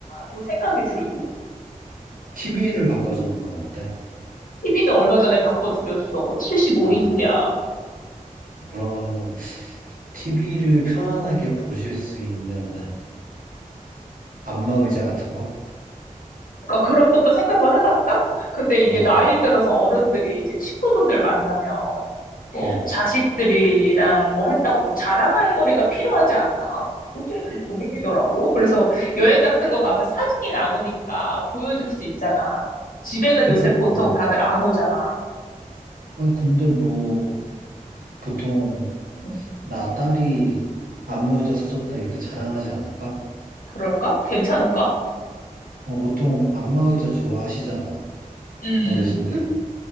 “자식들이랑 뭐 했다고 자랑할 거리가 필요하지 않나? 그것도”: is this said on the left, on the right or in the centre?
Left